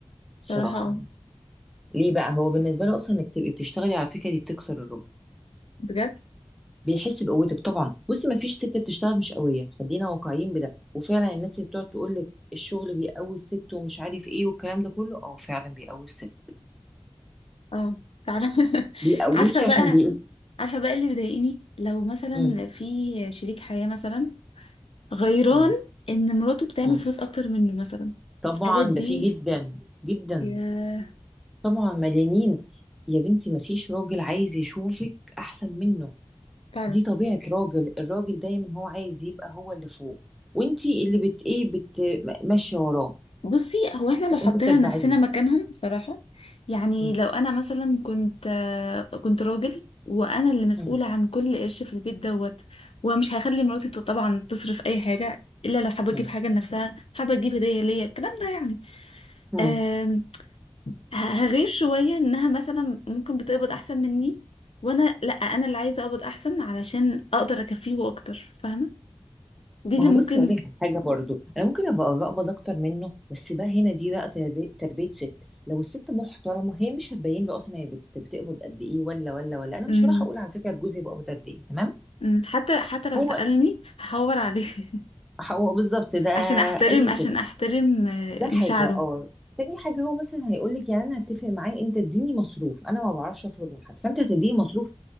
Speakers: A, on the left; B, in the centre.
A: بصراحة
B: بصراحه
A: اه
B: يعني. ليه بقى هو بالنسبه له اصلا انك تبقي بتشتغلي على فكره دي بتكسر الرجل
A: بجد
B: بيحس بقوتك طبعا بصي ما فيش ست بتشتغل مش قويه خلينا واقعيين بده وفعلا الناس اللي بتقعد تقول لك الشغل بيقوي الست ومش عارف ايه والكلام ده كله اه فعلا بيقوي الست
A: اه تعالى <laughs>
B: بيقويكي
A: عارفة
B: عشان
A: بقى
B: بي <laughs>
A: عارفة بقى اللي بيضايقني لو مثلا
B: مم.
A: في شريك حياة مثلا غيران
B: مم.
A: ان مراته بتعمل
B: مم.
A: فلوس اكتر منه مثلا
B: طبعا
A: الحاجات دي
B: ده في جدا جدا
A: يا
B: طبعا مليانين يا بنتي ما فيش راجل عايز يشوفك احسن منه
A: فعلا
B: دي طبيعه راجل الراجل دايما هو عايز يبقى هو اللي فوق وانتي اللي بت ايه بت ماشيه وراه
A: بصي هو احنا لو
B: فانت
A: حطينا
B: بتتبعيه
A: نفسنا مكانهم صراحة يعني
B: مم.
A: لو انا مثلا كنت آه، كنت راجل وانا اللي مسؤولة
B: مم.
A: عن كل قرش في البيت دوت ومش هخلي مراتي ت- طبعا تصرف اي حاجة الا لو حابة
B: مم.
A: تجيب حاجة لنفسها حابة تجيب هدية ليا الكلام ده يعني
B: مم.
A: آم، ه- هغير شوية انها مثلا ممكن بتقبض احسن مني وانا لا انا اللي عايزة اقبض احسن علشان اقدر اكفيه اكتر فاهمة دي اللي
B: ما هو
A: ممكن
B: بصي هقول لك على حاجه برضو انا ممكن ابقى بقبض اكتر منه بس بقى هنا دي بقى تربي- تربيه ست لو الست محترمه هي مش هتبين له اصلا هي بت- بتقبض قد ايه ولا ولا ولا انا
A: مم،
B: مش هروح اقول على فكره جوزي بيقبض قد ايه تمام
A: مم، حتى حتى لو
B: هو
A: سألني هحور عليه <laughs>
B: هو بالظبط ده
A: عشان احترم
B: اي
A: عشان
B: كده
A: احترم آه،
B: ده
A: مشاعره
B: حاجه اه تاني حاجه هو مثلا هيقول لك يعني انا هتفق معاه انت اديني مصروف انا ما بعرفش اطلب من حد فانت هتديني مصروف